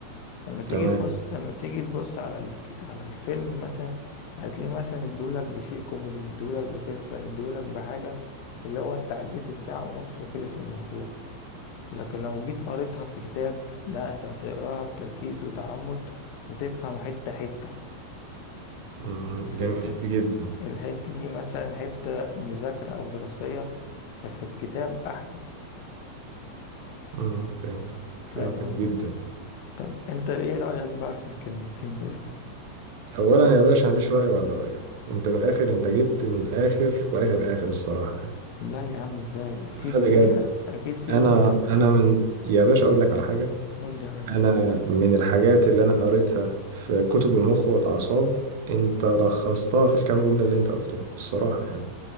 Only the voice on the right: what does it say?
تمام
مم.
جميل جدا
مم. فهمتك
فهمتك
جدا
اولا يا باشا مفيش راي بعد رايك انت من الاخر انت جبت من الاخر واخر اخر الصراحه يعني.
لا
بجد
انا
انا من يا باشا اقول لك على حاجه
انا من الحاجات اللي انا قريتها في كتب المخ والاعصاب انت لخصتها في الكام جمله اللي انت قلتهم الصراحه يعني